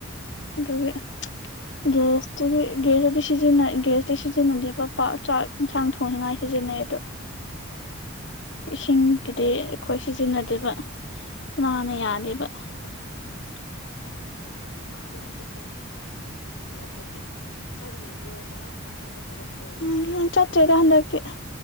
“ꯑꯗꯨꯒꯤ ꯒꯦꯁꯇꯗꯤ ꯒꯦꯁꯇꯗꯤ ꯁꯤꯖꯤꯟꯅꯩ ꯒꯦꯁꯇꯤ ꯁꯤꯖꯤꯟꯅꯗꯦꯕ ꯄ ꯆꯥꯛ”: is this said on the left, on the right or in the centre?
Left